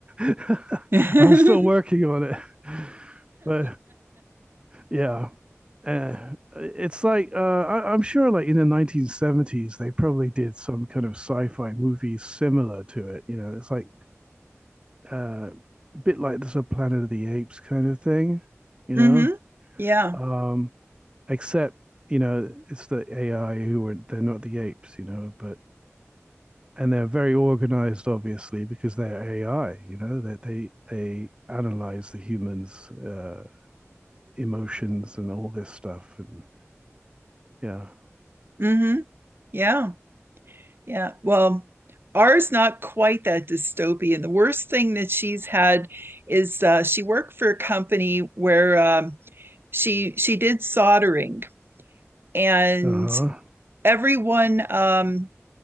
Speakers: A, on the right; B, on the right.
A: <laughs>
B: <laughs>
A: I'm still working on it, but yeah, uh, it's like uh, I, I'm sure, like in the 1970s, they probably did some kind of sci-fi movie similar to it. You know, it's like uh, a bit like the sort of Planet of the Apes kind of thing. You
B: hmm
A: know,
B: Yeah.
A: um, except you know it's the AI who were they're not the apes. You know, but and they're very organized obviously because they're ai you know that they, they they analyze the humans uh, emotions and all this stuff and yeah
B: hmm Yeah. Yeah. Well, ours not quite that dystopian. The worst thing that she's had is uh, she worked for a company where um, she she did soldering, and
A: uh-huh
B: everyone um,